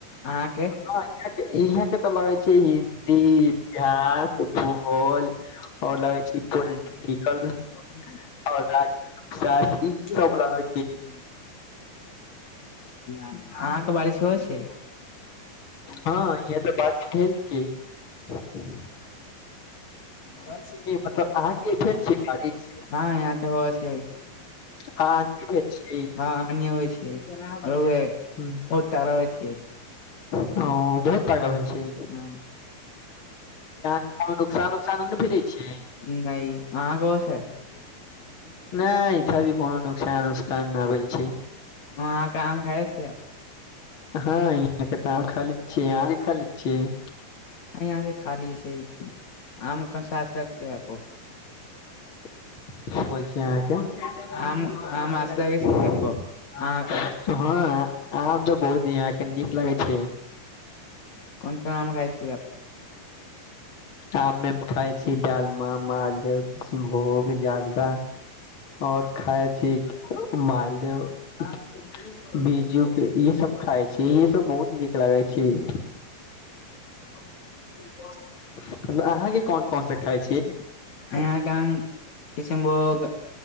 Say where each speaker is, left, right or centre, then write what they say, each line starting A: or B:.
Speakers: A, on the left (about 50°); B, on the left (about 35°).
A: अहाँके
B: हँ इह के इहाँ के तऽ लगै छै हिन्दी इतिहास भुगोल आओर लगै छै पोलिटिकल
A: पो्ट्री
B: आओर राजशास्त्र
A: इहे
B: ई
A: सब
B: लगै
A: लग छै <unintelligible> अहाँके बारिश होय छै
B: हँ इहे तऽ बारिश भेल छीयै
A: घर छै
B: मतलब अहाँके भेल छै बारिश
A: हँ यहाँ तऽ हो से
B: हँ ठीके छीयै
A: हँ अ होइ छियैर बहुत
B: हुँ,
A: टाका होइ छियै <unintelligible>
B: ओ बहुत तागड़ा भेल छीयै
A: हँ
B: कोनो नुकसान उकसान नहि भेले छै
A: नहि अहाँ कोस <unintelligible> <inaudible>
B: नहि इधर भी कोनो नोकसान उसकान नहि भेल छीयै
A: व अहाँके आम खाई छियै
B: हँ यहाँ के तऽ खाली छियै अहाँ खाली छियै
A: ह यहाँ से खाली छै आम कनस सकतेैपो <unintelligible>
B: <inaudible> की बोल छै अहाँके
A: आम आम अच्छा लगै छै आपको अहाँके
B: हँ आ बहुत यहाँ के नीक लागै छै
A: कोन को आम खा छीयै
B: आमे खाय छी डालमा मालदह किष्नभोग जारदा आओर खाई छी मालदेव बिज्जू के ई सब खाय छी ई सब बहुत नीक लागे छै छी
A: <inaudible>
B: मतलब
A: अहाँके
B: अहाँ के कोन
A: काम
B: कोन
A: क
B: से
A: सै
B: खाय
A: छी यहाँ काम <unintelligible> किसनभोग